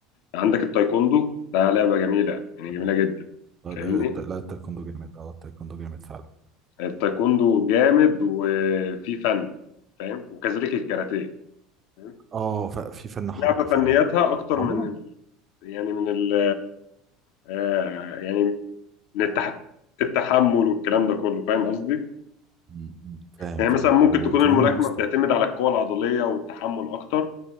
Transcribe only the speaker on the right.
تمام.
آه، آه،
آه، لا التايكوندو جامد اه التايكوندو جامد فعلا
اه ف- في فن حركة
فعلا
عموما
مم. فاهم
فاهم
وكمان
يا اسطى